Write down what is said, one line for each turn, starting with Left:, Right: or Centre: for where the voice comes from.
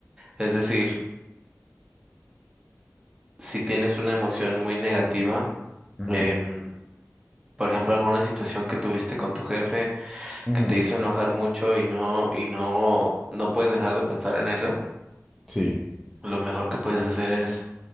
Right: Es decir, si tienes una emoción muy negativa,
Centre: Ujú,
Right: em, por ejemplo, alguna situación que tuviste con tu jefe
Centre: ujú,
Right: que te hizo enojar mucho y no y no no puedes dejar de pensar en eso,
Centre: Sí.
Right: lo mejor que puedes hacer es